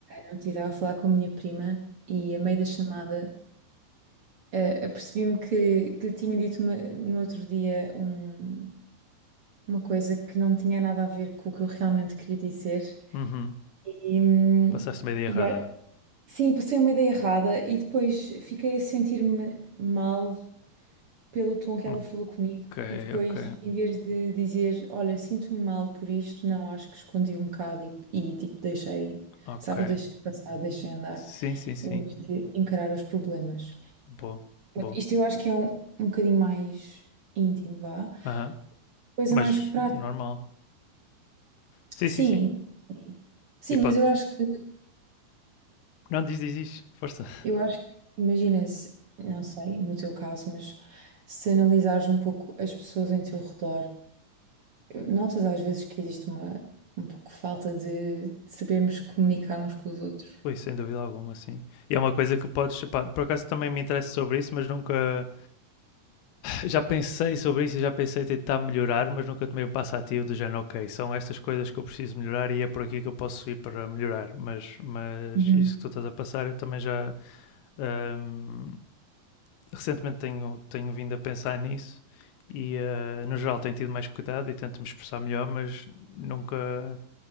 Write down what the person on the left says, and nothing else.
uhum.
Passaste uma ideia errada.
Ok,
ok,
ok.
Sim, sim, sim.
Boa, boa.
Aham.
Mas
normal. Sim,
sim, sim.
E
pode.
Não, diz, diz, diz. Força.
Ui, sem dúvida alguma, sim. E é uma coisa
que podes. pá, por acaso também me interessa sobre isso, mas nunca. Já pensei sobre isso e já pensei em tentar melhorar, mas nunca tomei um passo ativo do género, ok, são estas coisas que eu preciso melhorar e é por aqui que eu posso ir para melhorar. Mas, mas
isso que tu estás a passar, eu também já ahm, recentemente tenho, tenho vindo a pensar nisso e ah, no geral tenho tido mais cuidado e tento me expressar melhor, mas nunca